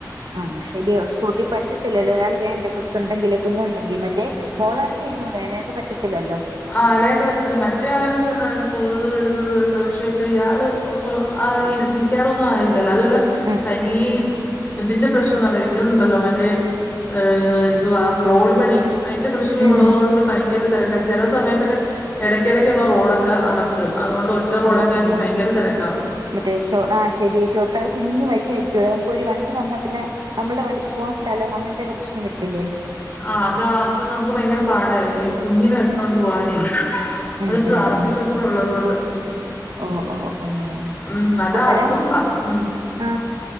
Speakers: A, on the right (about 75°); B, on the left (about 25°).
A: ആഹ് ശരിയ സ്കൂട്ടിൽ പറ്റത്തില്ലല്ലോ ഒരാൾ വേണ്ടെ കൊച്ചുണ്ടെങ്കില് കുഞ്ഞുണ്ടെങ്കില് മറ്റേ മോളാണെങ്കി ഇരു <unintelligible> യിട്ട് പറ്റത്തില്ലല്ലോ.
B: ആളെയൊക്കെ പറ്റത്തില്ല മറ്റേ ആളെ വെച്ചോണ്ടാരുന്നു പോണത് വരുന്നത്ക്കെ പഷെ ഇപ്പൊ ഇയാള് ഒന്നും ആയിരി ഇ നിക്കാറൊന്നും ആയില്ലല്ലോ അതോല്ല
A: ഉം
B: കഴിഞ്ഞില്ലീ തിന്റെ പ്രശ് ഇതിനുണ്ടല്ലോ മറ്റേ ഏഹ് എന്തുവാ റോഡ് പണി അയിന്റെ പ്രശ്നം
A: ഉം
B: ഉള്ളതോണ്ട് ഭയങ്കര തെരക്ക ചെലസമയത്തൊക്കെ എടയ്കെടകുള്ള റോഡൊക്കെ അട ചിടും അതൊണ്ട് ഒറ്ററോഡൊക്കെ
A: ഓഹ്
B: ണെങ്കി
A: ഓഹ്
B: ഭയങ്കരതെരക്കാ.
A: ഓഹ് മറ്റേ ഷൊ ആഹ് ശരി ഷോർക്കാ കുഞ്ഞു വഴിയയിരിക്കുമല്ലോ നമുക്ക് ഒരുരു വണ്ടി വന്നാ പിന്നെ നമ്മുടെ വണ്ടിക്ക് പോവാൻ സ്ഥലം അങ്ങനെത്തൊക്കെ പ്രശ്നം വരത്തില്ലേ?
B: ആഹ് അതാ അപ്പൊ നമുക്ക് ഭയങ്കര പാടായി കുഞ്ഞിനെ വെച്ചോണ്ട് പോവാനേ.
A: ഉം
B: അത് ട്രാഫിക്
A: ഉം ഉം
B: കൂടെ ഉള്ളതുകൊണ്ട്.
A: ഓ ഓ ഓ
B: ഉം അതാ
A: അന്നേരം
B: അതും വാ ഉം
A: ആ